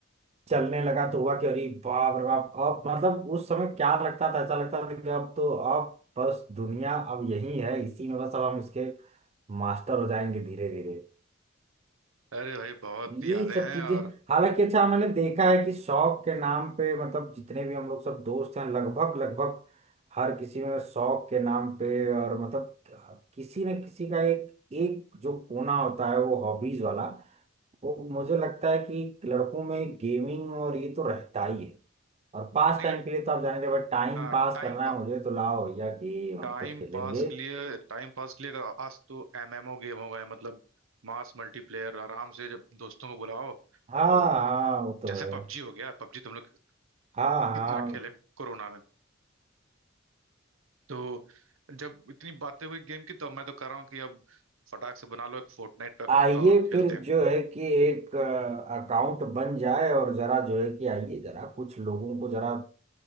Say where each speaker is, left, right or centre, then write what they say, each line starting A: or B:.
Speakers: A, on the right (about 30°); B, on the right (about 85°).
A: चलने लगा तो हुआ कि अरे बाप रे बाप अब मतलब उस समय क्या लगता था ऐसा लगता था कि अब तो अब बस दुनिया अब यही है इसी में बस अब हम इसके मास्टर हो जाएंगे धीरे धीरे
B: अरे भाई बहुत यादें
A: ये सब
B: हैं
A: चीजें
B: और
A: हालांकि अच्छा मैंने देखा है कि शौक के नाम पे मतलब जितने भी हम लोग सब दोस्त हैं लगभग लगभग हर किसी में शौक के नाम पे और मतलब किसी न किसी का एक एक जो कोना होता है वो हॉबीज वाला वो मुझे लगता है कि लड़कों में गेमिंग और ये तो रहता ही है और पास
B: नहीं
A: टाइम के लिए तो आप जाने भाई टाइम
B: टाइम
A: पास करना है मुझे तो लाओ भैया गेम हम
B: टाइम
A: तो खेलेंगे
B: पास के लिए टाइम पास के लिए अगर आज तो एमएमओ गेम हो गए मतलब मास मल्टीप्लेयर आराम से जब दोस्तों को बुलाओ
A: हाँ
B: और
A: हाँ वो तो
B: जैसे
A: है
B: पबजी हो गया पबजी तुम लोग
A: हाँ हाँ
B: कितना खेले कोरोना में तो जब इतनी बातें हुई गेम की तो मैं तो कर रहा हूँ कि अब फटाक से बना लो एक फोर्टनाइट पे अकाउंट
A: आइए
B: और खेलते
A: फिर
B: हैं
A: जो है कि एक अकाउंट बन जाए और जरा जो है कि आइए जरा कुछ लोगों को जरा